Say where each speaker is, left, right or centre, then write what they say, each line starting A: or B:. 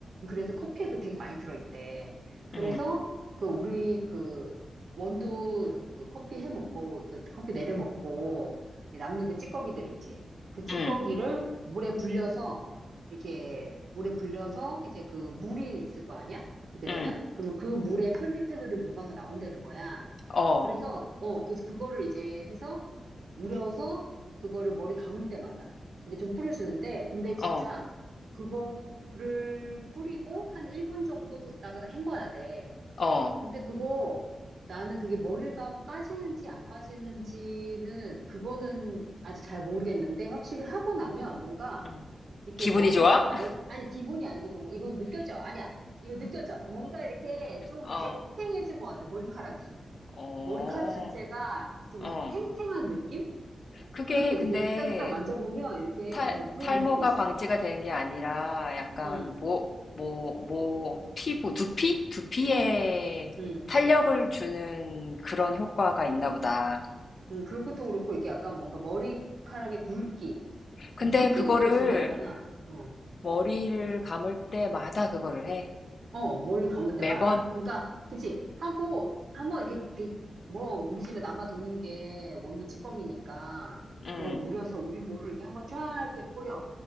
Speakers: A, on the right (about 65°); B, on the left (about 55°).
A: 그래서 커피에 그 되게 많이 들어있대. 그래서
B: 응,
A: 그 우리 그 원두 그 커피 해 먹고 그 커피 내려 먹고 남는 그 찌꺼기들 있지. 그 찌꺼기를
B: 응,
A: 물에 불려서 이렇게 물에 불려서 이제 그 물이 있을 거 아니야? 그렇게
B: 응,
A: 되면 그러면 그 물에 폴리페놀이 녹아서 나온다는 거야.
B: 어,
A: 그래서 어 그 그거를 이제 해서 우려서 그거를 머리 감을 때마다 이제 좀 뿌려주는데 근데 진짜
B: 어,
A: 그거를 뿌리고 한 1분 정도 뒀다가 헹궈야 돼.
B: 어,
A: 근데 그거 나는 그게 머리가 빠지는지 안 빠지는지는 그거는 아직 잘 모르겠는데 확실히 하고 나면 뭔가
B: 응.
A: 이렇게
B: 기분이
A: 머리가
B: 좋아? <laughs>
A: 머리 아니 기분이 아니고 정말 이건 느껴져. 아니야. 이거 느껴져. 뭔가 이렇게 좀
B: 어,
A: 탱탱해진 것 같아. 머리카락이.
B: 어.
A: 머리카락 자체가 좀
B: 어,
A: 탱탱한 느낌?
B: 그게
A: 그런 게
B: 근데
A: 있어. 이렇게 딱딱 만져보면 이렇게
B: 탈,
A: 어, 그런
B: 탈모가
A: 느낌이 있어.
B: 방지가 되는 게 아니라 약간
A: 음,
B: 모, 모, 모, 피부, 두피? 두피에
A: 음,
B: 탄력을 주는 그런 효과가 있나 보다.
A: 음. 그것도 그렇고 이게 약간 뭔가 머리카락의 굵기. 그러니까
B: 근데
A: 굵기도
B: 그거를
A: 되게 중요하잖아. 어,
B: 머리를 감을 때마다 그거를 해.
A: 어, 머리 감을
B: 매번?
A: 때마다. 그러니까 그치 하고 한번 이렇게, 이렇게 뭐 우리 집에 남아 도는 게 원두 찌꺼기니까
B: 응,
A: 그거 우려서 우리 모를 이렇게 한번 쫙 이렇게 뿌려.